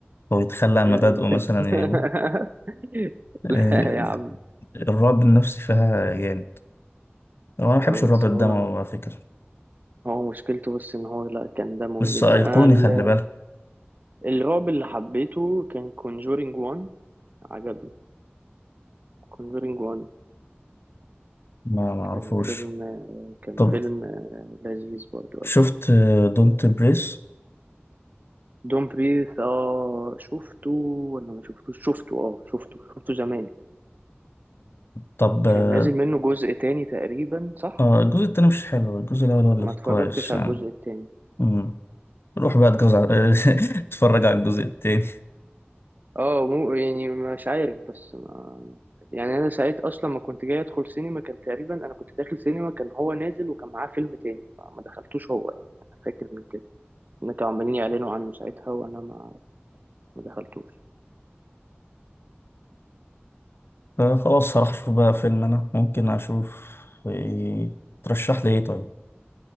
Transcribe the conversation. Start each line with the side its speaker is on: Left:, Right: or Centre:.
Left: أو يتخلى عن
Right: لا
Left: مبادئه مثلا
Right: <laughs>
Left: يموت آه،
Right: لا يا عم
Left: الرعب النفسي فيها جامد هو أنا مبحبش
Right: هو-
Left: الرعب
Right: بس
Left: الدموي
Right: هو
Left: على فكرة
Right: هو مشكلته بس ان هو لا كان دموي
Left: بس
Right: جدا
Left: أيقوني
Right: انا ال-
Left: خلي بالك
Right: الرعب اللي حبيته كان كونجورينج 1 عجبني كونجورينج 1
Left: ما معرفوش
Right: كان فيلم كان
Left: طب
Right: فيلم لذيذ برضه
Left: شفت دونت بريس
Right: دون بريث اه شفته ولا ما شفتوش شفته اه شفته شفته زمان
Left: طب آه
Right: كان نازل منه جزء تاني تقريبا صح
Left: آه، الجزء التاني مش حلو الجزء الأول هو اللي
Right: ما اتفرجتش
Left: كويس
Right: على
Left: يعني
Right: الجزء التاني
Left: مم. روح بقى اتجوز على <laughs> اتفرج على الجزء التاني
Right: اه مو يعني مش عارف بس ما يعني انا ساعت اصلا ما كنت جاي ادخل سينما كان تقريبا انا كنت داخل سينما كان هو نازل وكان معاه فيلم تاني ما ما دخلتوش هو يعني انا فاكر من كده ان كانوا عمالين يعلنوا عنه ساعتها وانا ما ما دخلتوش
Left: آه خلاص هروح أشوف بقى فيلم أنا ممكن أشوف إيه. ترشح لي إيه طيب